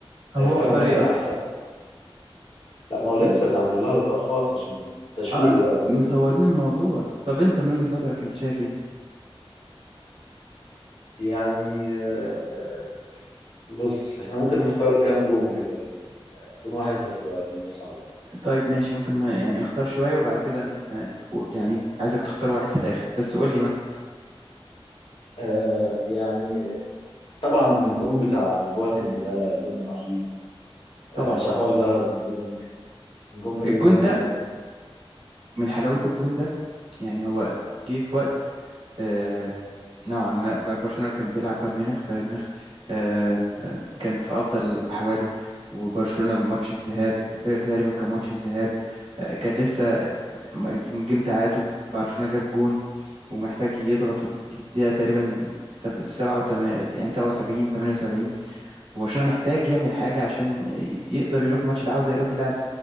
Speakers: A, on the right (about 75°); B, on the left (about 70°).
A: طب
B: هيختار
A: هو اختار
B: مثلا
A: ايه اصلا
B: احسن لا ما هو لسه ده عامل لها لقاء خاص عشان تشويق
A: اه
B: بقى وكده
A: مطورين الموضوع طب انت من وجهة نظرك انت شايف ايه
B: يعني آه، بص احنا ممكن نختار كام جون كده لكن جون واحد هتبقى الموضوع صعب
A: طيب ماشي ممكن يعني اختار شويه وبعد كده ن- يعني عايزك تختار واحد في الاخر بس قول لي مثلا
B: آه يعني طبعا الجون بتاع بواتنج ده جون عظيم
A: طبعا
B: آه، شحوال ظهرت لبواتنج جون من
A: الجون
B: الاجوان
A: ده
B: اللي مت...
A: من حلاوه الجون ده يعني هو جه في وقت آه، نوعا ما ب- برشلونة كان بيلعب بايرن ميونخ بايرن ميونخ آه، آه، كان في أفضل أحواله وبرشلونة ماتش الذهاب ده ده تقريبا كان ماتش الذهاب آه، كان لسه م- جيم تعادل برشلونة جاب جون ومحتاج يضغط ودي دي- دقيقة تقريبا تم- سبعة وتم- يعني سبعة وسبعين تمانية وسبعين وبرشلونة محتاج يعمل حاجة عشان ي- يقدر يروح ماتش العودة يروح يلعب